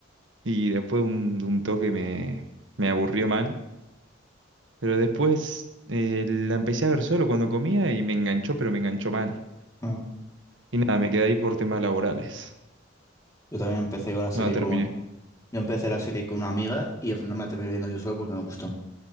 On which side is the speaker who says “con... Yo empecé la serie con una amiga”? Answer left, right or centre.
Left